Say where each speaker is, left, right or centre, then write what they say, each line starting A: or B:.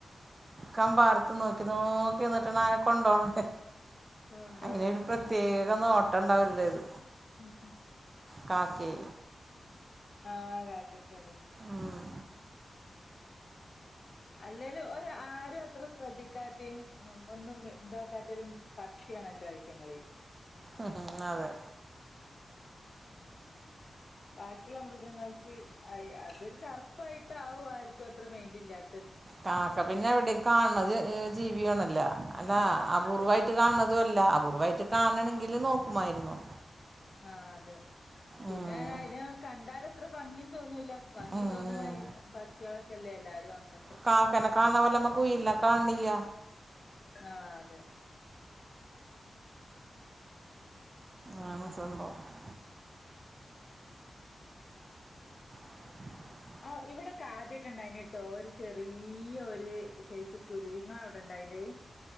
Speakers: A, on the right; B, on the left.
A: കംമ്പാർ ത്ത് നോക്കി നോക്കി നിന്നിട്ടാണ്
B: ആ
A: നായ കൊണ്ടോണ്
B: കൊണ്ടോളി
A: അങ്ങനെ ഒരു പ്രത്യേക നോ ട്ടണ്ട് അവരുടേത്.
B: മ് മ്
A: കാക്കേ
B: ആഹ് കാക്കക്ക് അതെന്നെ.
A: ഉം,
B: അല്ലേലും ഒര ആരും അത്ര ശ്രദ്ധിക്കാത്തേം മ് ഒന്നും ഇതാക്കാത്തെ ഒരു പക്ഷിയാണല്ലോ ഐറ്റിങ്ങള്.
A: ഉം ഉം അതെ.
B: ബാക്കിയുള്ള മൃഗങ്ങൾക്ക് അതൊരു കറുപ്പായിട്ടാകും ആർക്കും അത്ര മൈന്റില്ലാ
A: കാക്ക പിന്നെ എവിടെയും കാണ്ണരു ജീവിയോണല്ല അല്ല
B: ആഹ്
A: അപൂർവ്വമായിട്ട്
B: അതെ
A: കാണ്ണതും അല്ല അപൂർവ്വായി ക് കാണണങ്കിൽ നോക്കുമായിരുന്നു.
B: ആ അതെ പിന്നെ
A: ഉം,
B: അയിനെയകണ്ടാലത്ര ഭംഗിയും തോന്നൂല്ല ഭംഗി
A: ഉം.
B: തോന്നണ പക്ഷികളൊക്കെല്ലേ എല്ലാരും വാങ്ങ
A: കാക്കനെ കാണാ പോലേ നമ്മ കുയിലിനെ കാണ്ണില്യ
B: ആ അതെ.
A: ആ മസണ്ടാവും <unintelligible> <inaudible>
B: ആ ഇവിടെ ആദ്യയൊക്കെ ഇണ്ടായിന്ട്ടോ ഒരു ചെറിയ്യൊരു സൈസ് കുരുവി ങ്ങളെ അവിടെ ഇണ്ടായിനോ അത്